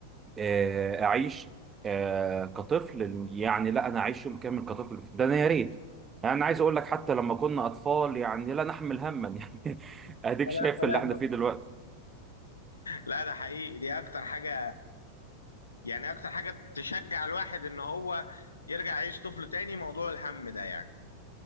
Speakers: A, on the right; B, on the left.
A: آه، اعيش آه، كطفل يعني لا انا اعيش يوم كامل كطفل ده انا يا ريت يعني انا عايز اقول لك حتى لما كنا اطفال يعني لا نحمل هما <laughs> يعني اديك
B: اه
A: شايف اللي احنا فيه دلوقتي
B: لا ده حقيقي دي اكتر حاجة يعني اكتر حاجة تشجع الواحد ان هو يرجع يعيش طفل تاني موضوع الهم ده يعني